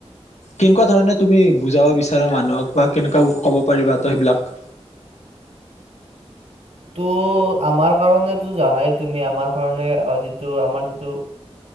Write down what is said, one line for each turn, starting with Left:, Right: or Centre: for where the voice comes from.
Left: কেনেকুৱা ধৰণে তুমি বুজাব বিচাৰা মানুহক বা কেনেকুৱা ক'ব পাৰিবা ত সেইবিলাক
Right: ত আমাৰ কাৰণটো জানাই তুমি আমাৰ কাৰনে যিটো আমাৰ যিটো